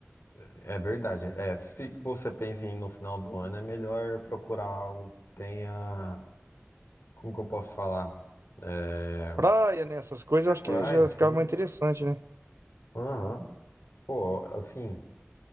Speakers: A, on the left; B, on the right.
A: é verdade. É, se você pensa em ir no final do ano, é melhor procurar algo que tenha. Como que eu posso falar? É,
B: Praia, né? Essas coisas
A: é
B: eu
A: praia,
B: acho que já
A: sim.
B: ficava mais interessante, né?
A: Aham. Pô, assim.